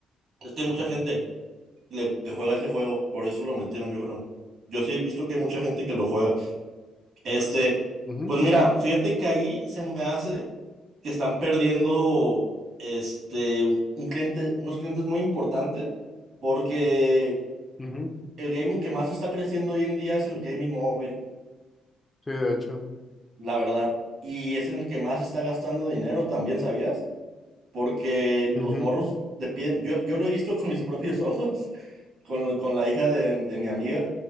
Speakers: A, on the right; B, on the left.
A: Es que hay mucha
B: Ujú.
A: gente. le- que juega ese juego, por eso lo metieron, yo creo. Yo sí he visto que hay mucha gente que lo juega. Este,
B: Pues, ujú,
A: pues mira, fíjate que ahí se me hace que están perdiendo este un un cliente, unos clientes muy importantes, porque
B: ujú,
A: el gaming que más está creciendo hoy en día es el gaming móvil,
B: sí, de hecho,
A: la verdad, y es en el que más está gastando dinero también, ¿sabías? Porque
B: ujú,
A: los morros le piden, yo, yo lo he visto <laughs> con mis propios ojos, <laughs> con, con la hija de de mi amiga.